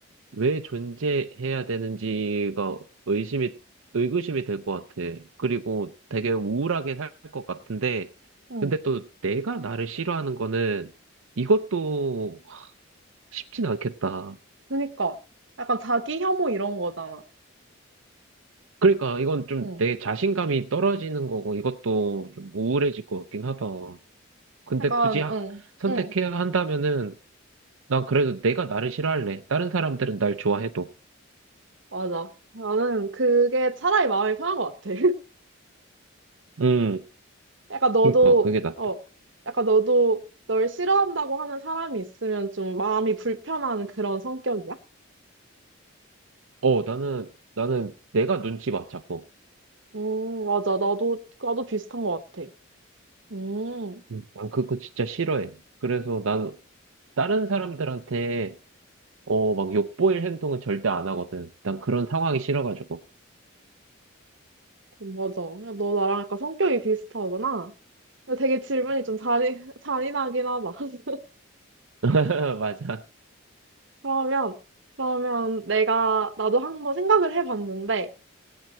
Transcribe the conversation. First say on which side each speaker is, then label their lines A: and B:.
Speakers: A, on the right (about 80°); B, on the right (about 60°).
A: 왜 존재해야 되는지가 의심이, 의구심이 될 것 같아. 그리고 되게 우울하게 살 것 같은데,
B: 응,
A: 근데 또 내가 나를 싫어하는 거는 이것도 쉽진 않겠다.
B: 그니까. 약간 자기 혐오 이런 거잖아.
A: 그러니까 이건 좀
B: 응,
A: 내 자신감이 떨어지는 거고 이것도 좀 우울해질 것 같긴 하다. 근데
B: 약간,
A: 굳이 하-
B: 응,
A: 선택해야
B: 응,
A: 한다면은 난 그래도 내가 나를 싫어할래. 다른 사람들은 날 좋아해도.
B: 맞아. 나는 그게 차라리 마음이 편한 것 같아.
A: 음,
B: 약간 너도,
A: 그러니까 그게 낫다.
B: 어, 약간 너도 널 싫어한다고 하는 사람이 있으면 좀 마음이 불편한 그런 성격이야?
A: 어, 나는, 나는 내가 눈치 봐, 자꾸.
B: 음, 맞아. 나도, 나도 비슷한 것 같아. 음,
A: 음, 난 그거 진짜 싫어해. 그래서 난 다른 사람들한테 어, 막 욕보일 행동은 절대 안 하거든. 난 그런 상황이 싫어가지고.
B: 맞아. 야, 너 나랑 약간 성격이 비슷하구나. 근데 되게 질문이 좀 잔인, <laughs> 잔인하긴 하다. <laughs>
A: <laughs> 맞아.
B: 그러면, 그러면 내가, 나도 한번 생각을 해봤는데,